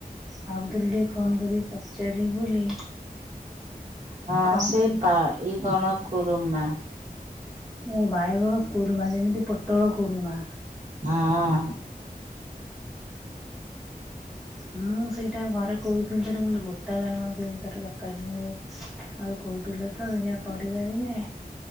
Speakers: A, in the centre; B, on the right.
A: ଭାବୁଥିଲି ଟିକେ ଫୋନ କରିିକ ପଚାରିବି ବୋଲି।
B: ହଁ
A: କଣ
B: ସେଇ
A: କେମିତି
B: ବାଇଗଣ ଖୁରୁମା।
A: ଓଁ ବାଇଗଣ କୁରୁମା ଯେମିତି ପୋଟଳ କୁରୁମା।
B: ହଁ ହଁ।
A: ହୁଁ ସେଇଟା ଘରେ କହୁଥିଲି ତରେ ମୁଁ ଗୋଟା ବାଇଗଣ କେମିତି ତରକାର ନ ହୁଏ। ଆଉ କହୁଥିଲେ ତ ଦେଖିଆ କରିବା ଦିନେ।